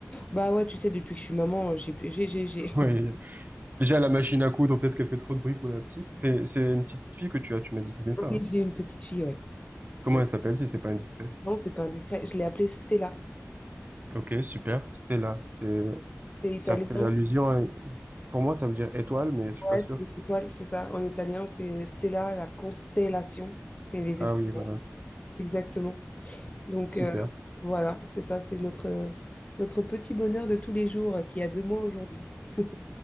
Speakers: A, on the left (about 25°); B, on the right (about 40°).
A: Bah ouais, tu sais, depuis que je suis maman, euh, j'ai pu- j'ai j'ai j'ai
B: <laughs> Ouais. Déjà, la machine à coudre, peut-être qu'elle fait trop de bruit pour la petite. C'est, c'est une petite fille que tu as, tu m'as dit, c'est bien ça,
A: <laughs> Oui,
B: hein
A: j'ai une petite fille, ouais.
B: Comment
A: Ouais.
B: elle s'appelle si c'est pas indiscret?
A: Non, c'est pas indiscret. Je l'ai appelée Stella.
B: Ok, super. Stella, c'est,
A: C'est
B: ça
A: italien,
B: fait allusion à- pour moi, ça veut dire étoile, mais je suis pas
A: ouais,
B: sûr.
A: c'est les étoiles, c'est ça. En italien, c'est Stella, la constellation. C'est les
B: Ah
A: étoiles,
B: oui, voilà.
A: exactement. Donc
B: Super.
A: euh, voilà, c'est ça, c'est notre, euh, notre petit bonheur de tous les jours euh, qui a deux mois aujourd'hui. <laughs>